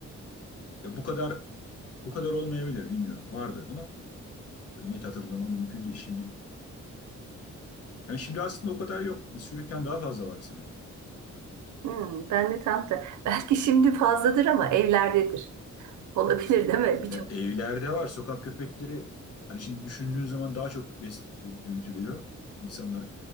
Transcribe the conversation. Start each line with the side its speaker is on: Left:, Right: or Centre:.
Left: Ya bu kadar bu kadar olmayabilir bilmiyorum. Vardı ama net hatırlamam mümkün değil şimdi. Yani şimdi aslında o kadar yok. Biz çocukken daha fazla var sanki.
Right: Hmm, ben de tam da... <laughs> Belki şimdi fazladır ama evlerdedir. Olabilir değil mi?
Left: Evler,
Right: Birçok...
Left: evlerde var sokak köpekleri. Yani şimdi düşündüğün zaman daha çok bes- büyütülüyor. İnsanlar